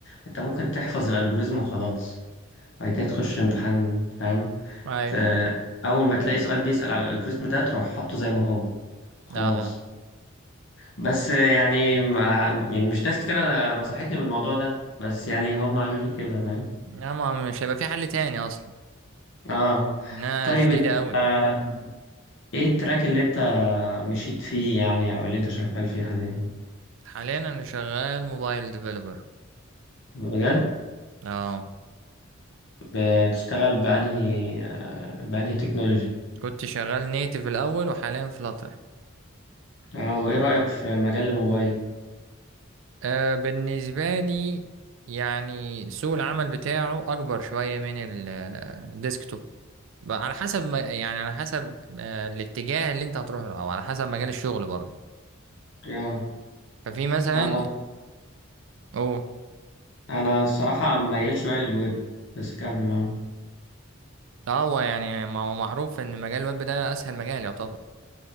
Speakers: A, on the left; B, on the right.
A: انت ممكن تحفظ الالجوريزم وخلاص بعد كده تخش امتحان فاهم
B: ايوه
A: ت- اول ما تلاقي سؤال بيسأل على الالجوريزم ده تروح حاطه زي ما هو خلاص
B: اه
A: بس يعني مع يعني مش ناس كتير نصحتني بالموضوع ده بس يعني هم قالوا لي كده فاهم
B: لا، ما مش هيبقى في حل تاني اصلا
A: اه
B: انا
A: طيب
B: جديدة
A: انت
B: قوي
A: آه ايه التراك اللي انت مشيت فيه يعني او اللي انت شغال فيه حاليا
B: حاليا انا شغال موبايل ديفلوبر
A: بجد
B: اه
A: بتشتغل بأنهي آه، بأنهي تكنولوجي
B: كنت شغال نيتف الاول وحاليا فلاتر
A: اه وإيه رأيك في مجال الموبايل
B: آه بالنسبة لي يعني سوق العمل بتاعه أكبر شوية من ال- آه، الديسكتوب بقى على حسب ما يعني على حسب آه، الاتجاه اللي أنت هتروح له أو على حسب مجال الشغل برضه
A: اه
B: ففي مثلا
A: أنا
B: أو
A: أنا الصراحة ميال شوية للويب بس كمل اه
B: اه هو يعني ما هو معروف إن مجال الويب ده أسهل مجال يعتبر